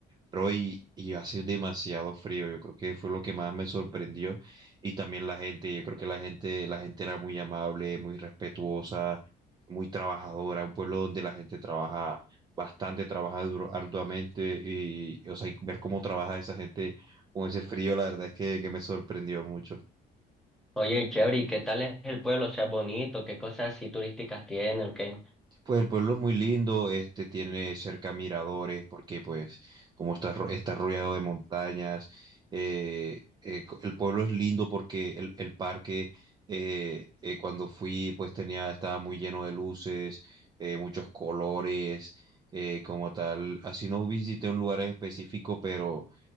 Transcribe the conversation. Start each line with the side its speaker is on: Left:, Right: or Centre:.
Right: Pero y, y hace demasiado frío, yo creo que fue lo que más me sorprendió. Y también la gente, yo creo que la gente, la gente era muy amable, muy respetuosa, muy trabajadora, un pueblo donde la gente trabaja bastante, trabaja duro- arduamente y, o sea, y ver cómo trabaja esa gente con ese frío, la verdad es que, que me sorprendió mucho.
Centre: Oye, chévere, ¿y qué tal es el pueblo? O sea, bonito, ¿qué cosas así turísticas tienen? ¿Qué?
Right: Pues el pueblo es muy lindo, este tiene cerca miradores, porque pues como está, ro- está rodeado de montañas, eh, eh, co- el pueblo es lindo porque el, el parque eh, eh, cuando fui pues tenía, estaba muy lleno de luces, eh, muchos colores, eh, como tal. Así no visité un lugar en específico, pero